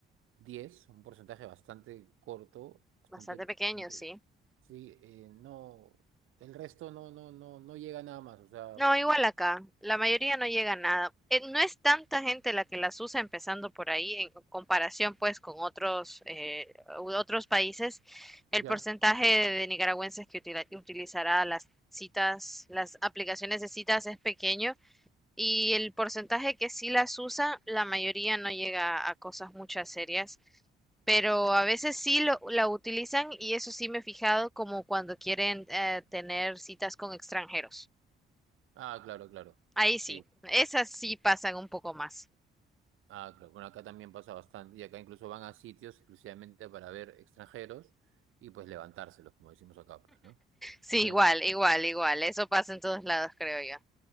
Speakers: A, on the right; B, in the centre.
A: 10, un porcentaje bastante corto, bastante,
B: Bastante pequeño,
A: bastante,
B: sí.
A: sí, eh, no, el resto no, no, no, no llega nada más, o sea,
B: No, igual acá, la mayoría no llega a nada. Eh, no es tanta gente la que las usa empezando por ahí, en comparación pues con otros, eh, u- otros países. El
A: ¿ya?
B: porcentaje de nicaragüenses que utila- utilizará las citas, las aplicaciones de citas es pequeño y el porcentaje que sí las usa, la mayoría no llega a cosas muchas serias. Pero a veces sí lo, la utilizan y eso sí me he fijado como cuando quieren eh, tener citas con extranjeros.
A: Ah, claro, claro,
B: Ahí sí,
A: sí.
B: esas sí pasan un poco más.
A: Ah, claro. Bueno, acá también pasa bastante y acá incluso van a sitios exclusivamente para ver extranjeros y pues levantárselos, como decimos acá, pues, ¿no?
B: Sí,
A: Eh,
B: igual, igual, igual. Eso pasa en todos lados, creo yo.